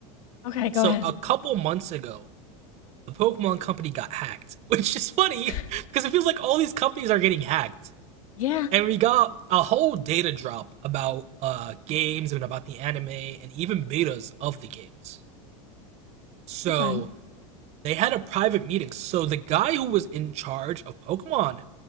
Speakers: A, on the left; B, on the right.
A: okay go
B: So
A: ahead
B: a couple months ago, the Pokemon company got hacked, <laughs> which is funny
A: <laughs>
B: because it feels like all these companies are getting hacked.
A: yeah
B: And we got a whole data drop about uh, games and about the anime and even betas of the games. So
A: okay
B: they had a private meeting. So the guy who was in charge of Pokemon,